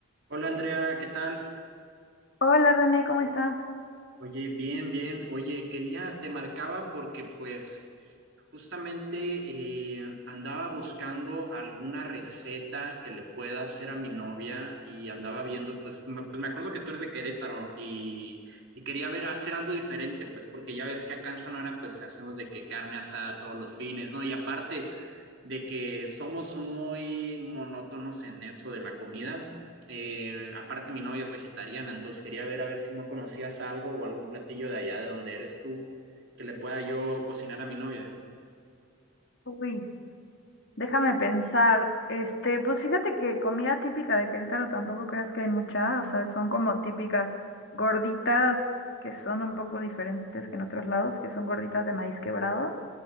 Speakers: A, on the right; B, on the left.
A: Hola Andrea, ¿qué tal?
B: Hola René, ¿cómo estás?
A: Oye, bien, bien. Oye, quería, te marcaba porque pues justamente eh, andaba buscando alguna receta que le pueda hacer a mi novia y andaba viendo, pues me, pues me acuerdo que tú eres de Querétaro y, y quería ver hacer algo diferente, pues porque ya ves que acá en Sonora pues hacemos de que carne asada todos los fines, ¿no? Y aparte de que somos muy monótonos en eso de la comida. Eh, aparte, mi novia es vegetariana, entonces quería ver a ver si no conocías algo o algún platillo de allá de donde eres tú que le pueda yo cocinar a mi novia.
B: Uy, déjame pensar. Este, pues fíjate que comida típica de Querétaro tampoco creas que hay mucha, o sea, son como típicas gorditas que son un poco diferentes que en otros lados, que son gorditas de maíz quebrado,